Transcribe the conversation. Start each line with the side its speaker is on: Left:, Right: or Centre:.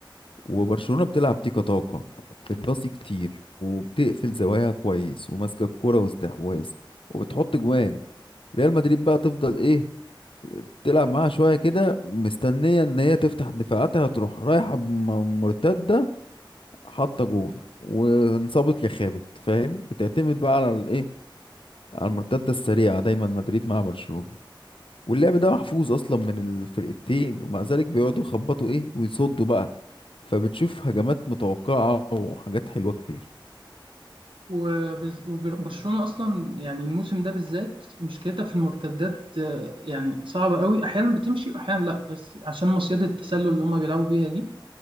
Left: وبرشلونة بتلعب تيكا تاكا بتباصي كتير وبتقفل زواياها كويس وماسكة الكورة واستحواذ وبتحط جوان ريال مدريد بقى تفضل ايه تلعب معاها شوية كده مستنية ان هي تفتح دفاعاتها تروح رايحة بم- مرتدة حاطة جون وانصابت يا خابت فاهم بتعتمد بقى على الايه على المرتدة السريعة دايما مدريد مع برشلونة واللعب ده محفوظ اصلا من الفرقتين ومع ذلك بيقعدوا يخبطوا ايه ويصدوا بقى فبتشوف هجمات متوقعة وحاجات حلوة كتير
Right: وبز- وبرشلونة أصلا يعني الموسم ده بالذات مشكلتها في المرتدات آه، يعني صعبة قوي أحيانا بتمشي وأحيانا لأ بس عشان مصيدة التسلل اللي هما بيلعبوا بيها دي